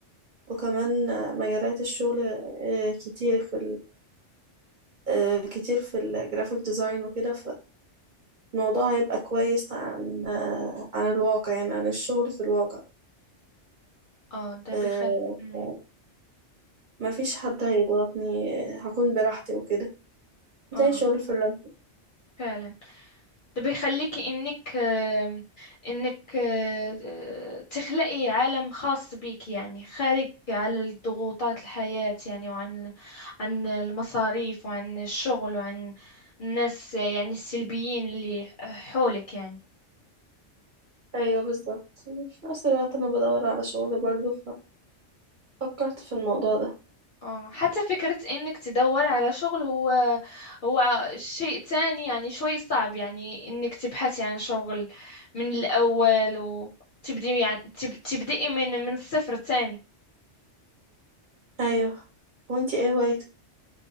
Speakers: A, on the right; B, on the left.
A: وكمان مجالات الشغل آه، كتير في آه، كتير في الجرافيك ديزاين وكده فالموضوع هيبقى كويس عن آه، عن الواقع يعني عن الشغل في الواقع
B: اه ده
A: آه،
B: بيخلي مم.
A: ف- ما فيش حد هيضغطني آه، هكون براحتي وكده
B: اه
A: زي شغل الفريلانس
B: فعلا ده بيخليكي انك آه انك آه آه، تخلقي عالم خاص بيك يعني خارج على ضغوطات الحياة يعني وعن عن المصاريف وعن الشغل وعن الناس يعني السلبيين اللي حولك يعني
A: ايوه بالظبط في نفس الوقت انا بدور على شغل برضه ففكرت في الموضوع ده
B: اه حتى فكرة انك تدور على شغل هو هو شيء تاني يعني شوي صعب يعني انك تبحثي عن شغل من الاول وتبدي يعني تب تبدئي من من الصفر تاني
A: ايوه وانتي ايه هوايتك